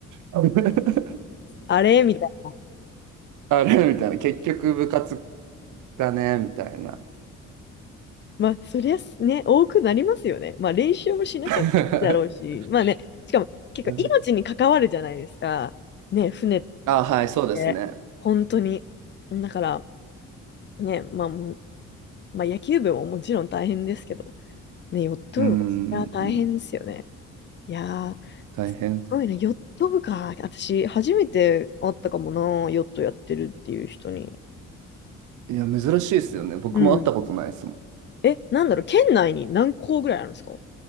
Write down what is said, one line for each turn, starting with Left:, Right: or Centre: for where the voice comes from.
Right: あ <laughs>
Left: あれみたいな
Right: あれみたいな、結局部活だねみたいな。
Left: まあ、そりゃすね、多くなりますよね。まあ、練習もしなきゃいけないだろうし、
Right: <laughs>
Left: まあね、しかも結構命に関わるじゃないですか。
Right: うん
Left: ね、船っ
Right: あ、はい、そうですね。
Left: て、本当に。だから、ね、まあもう、まあ、野球部ももちろん大変ですけど、ね、ヨット部もそりゃ大変ですよね。
Right: うん、
Left: いやー、
Right: 大変。
Left: すごいね、ヨット部か。私、初めて会ったかもな、ヨットやってるっていう人に。
Right: いや、珍しいですよね。僕も会ったことないですもん。
Left: うん。え、なんだろう、県内に何校ぐらいあるんですか